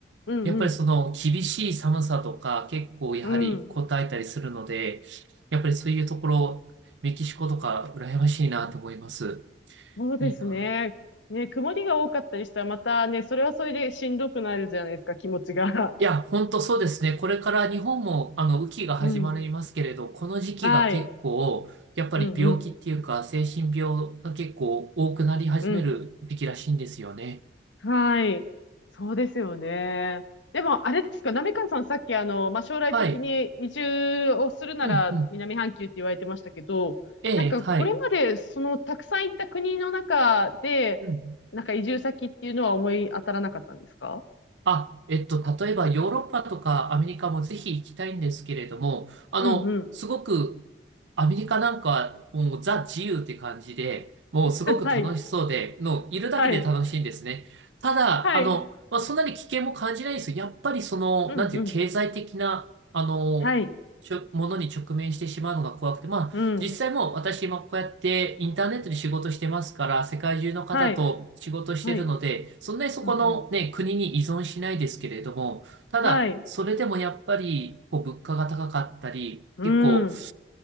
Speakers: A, on the left; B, on the right.
A: うん、
B: やっぱりその厳しい寒さとか結構やはりこたえたりするので、
A: うん、うん。
B: やっぱりそういうところ、メキシコとか羨ましいなと思います。
A: そうですね。
B: いいな。
A: ね、曇りが多かったりしたら、またね、それはそれでしんどくなるじゃないですか、気持ちが。
B: いや、本当そうですね。これから日本もあの雨季が始まりますけれど、
A: <laughs> うん。
B: この時期が結構、
A: はい。
B: やっぱり病気っていうか精神病が結構多くなり始める時期らしいんですよね。
A: うん、うん。うん。はい。そうですよね。でも、あれですか、なめかんさん、さっき、あの、まあ、将来的に移住をするなら南半球って言われてましたけど、
B: はい。うんうん。ええ、
A: なんか、
B: はい。
A: これまで、その、たくさん行った国の中で、
B: うん
A: なんか移住先っていうのは思い当たらなかったんですか
B: あ、えっと、例えばヨーロッパとかアメリカもぜひ行きたいんですけれども、あの、
A: うん、うん。
B: すごくアメリカなんかはもうザ自由って感じで、もうすごく楽しそうで、
A: <laughs> はい。
B: のいるだけで楽しいんですね。
A: はい。
B: ただ、
A: はい。
B: あの、まあ、そんなに危険も感じないんですよ。やっぱりその、
A: うん、
B: なんていう経済的な、
A: うん。
B: あの、
A: はい。
B: ちょものに直面してしまうのが怖くて、まあ、
A: うん。
B: 実際もう私今こうやってインターネットで仕事してますから、世界中の方と仕事してるので、
A: はい。はい。
B: そんなにそこのね、
A: うん、うん。
B: 国に依存しないですけれども、ただ、
A: はい。
B: それでもやっぱり、こう、物価が高かったり、
A: うん。
B: 結構、